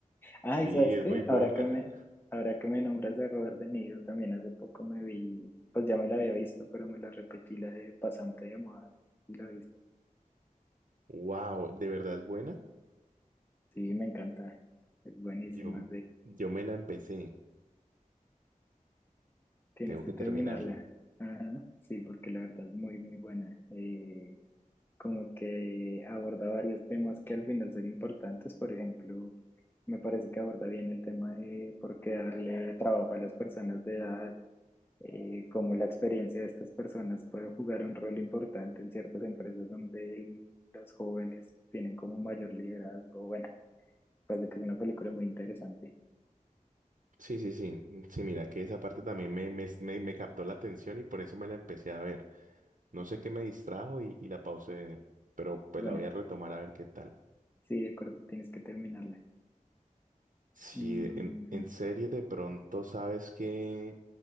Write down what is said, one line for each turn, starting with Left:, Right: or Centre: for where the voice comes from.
Left: Ay,
Right: Sí,
Left: ¿sabes
Right: es
Left: qué?
Right: muy buena.
Left: Ahora que me,
Right: <laughs>
Left: ahora que me nombras de Robert De Niro, también hace poco me vi, pues ya me la había visto, pero me la repetí, la de Pasante de Moda, y la viste.
Right: Wow, ¿de verdad es buena?
Left: Sí, me encanta. Es buenísima,
Right: Yo, m- yo me la empecé,
Left: Tienes
Right: tengo
Left: que
Right: que
Left: terminarla.
Right: terminarla.
Left: Ajá, sí, porque la verdad es muy, muy buena. Eh, como que aborda varios temas que al final son importantes. Por ejemplo, me parece que aborda bien el tema de por qué darle trabajo a las personas de edad, eh, cómo la experiencia de estas personas puede jugar un rol importante en ciertas empresas donde el- los jóvenes tienen como mayor liderazgo. Bueno, parece que es una película muy interesante.
Right: Sí, sí, sí, sí, mira que esa parte también me, me, me me captó la atención y por eso me la empecé a ver. No sé qué me distrajo y, y la pausé, pero pues
Left: Bueno,
Right: la voy a retomar a ver qué tal.
Left: sí, de acuerdo, tienes que terminarla.
Right: Sí,
Left: Mm,
Right: de- en, en serie de pronto, ¿sabes que